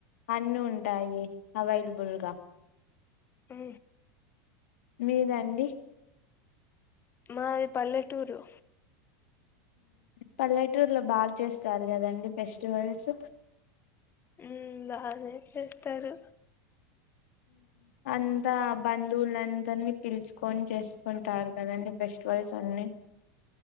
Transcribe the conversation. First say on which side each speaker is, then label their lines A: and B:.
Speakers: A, on the left (about 60°); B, on the left (about 25°).
A: అన్నీ ఉంటాయి అవైలబుల్గా
B: ఆ
A: మీదండి
B: మాది పల్లెటూరు
A: పల్లెటూరు లో బాగా చేస్తారు కదండి ఫెస్టివల్స్
B: ఉ బానే చేస్తారు
A: అంతా బంధువుల అందరినీ పిలుచుకొని చేసుకుంటారు కదండి ఫెస్టివల్స్ అన్ని